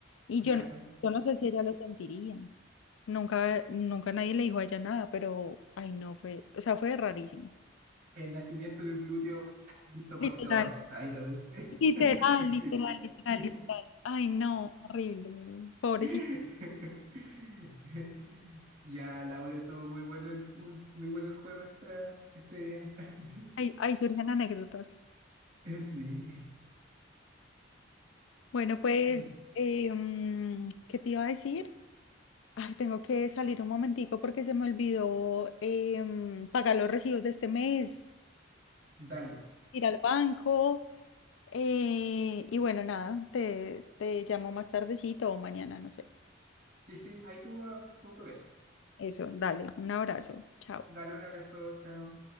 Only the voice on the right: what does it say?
Claro.
El nacimiento de un glúteo visto por
todos. Ahí lo ves.
<laughs>
<laughs> Ya, Laura, estuvo muy bueno el, ju- muy bueno el juego esta, este día. <laughs>
Sí.
<laughs>
Dale.
Sí, sí, ahí tú, ah, tú, tú ves.
Dale un abrazo, chao.